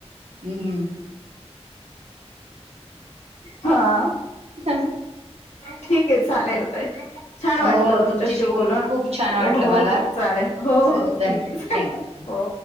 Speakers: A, on the right; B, on the left.
A: हम्म हम्
B: हा
A: हा
B: ठीक आहे चालेल ताई छान वाटलं
A: हो
B: तुमच्याशी बोलून
A: खूप छान वाटलं
B: हो
A: मला
B: हो चालेल हो
A: चालेल
B: हो
A: धन्य
B: ठीक आहे चालेले
A: थँक्यू.
B: हो